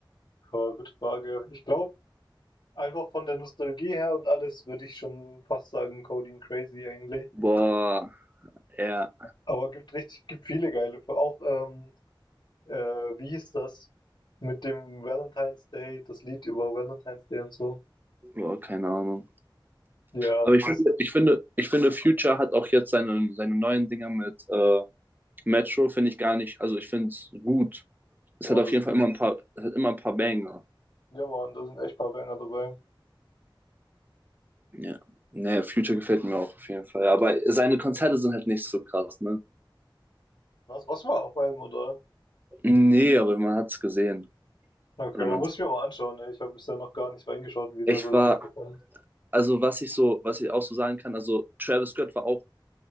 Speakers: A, on the left (about 65°); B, on the right (about 20°).
A: Ja, gute Frage. Ich glaube, einfach von der Nostalgie her und alles würde ich schon fast sagen, Coding Crazy eigentlich.
B: Boah, ja,
A: Aber gibt richtig, gibt viele geile. Für auch, ähm, äh, wie hieß das? Mit dem Valentine's Day, das Lied über Valentine's Day und so.
B: boah, keine Ahnung.
A: Ja,
B: Aber
A: das
B: ich finde,
A: ist,
B: ich finde, ich finde, Future hat auch jetzt seine, seine neuen Dinger mit äh, Metro, finde ich gar nicht. Also ich finde es gut. Es
A: boah,
B: hat auf
A: das
B: jeden
A: sind,
B: Fall immer ein paar, es hat immer ein paar Banger.
A: ja Mann, da sind echt paar Banger dabei.
B: Ja. Nee, Future gefällt mir auch auf jeden Fall. Aber seine Konzerte sind halt nicht so krass, ne?
A: Was, was war auf einem, oder?
B: Nee, aber man hat es gesehen.
A: Okay,
B: Oder man
A: muss ich mir mal anschauen, ey. Ich habe bisher noch gar nicht reingeschaut, wie
B: Ich
A: der so live
B: war,
A: performt.
B: also was ich so, was ich auch so sagen kann, also Travis Scott war auch,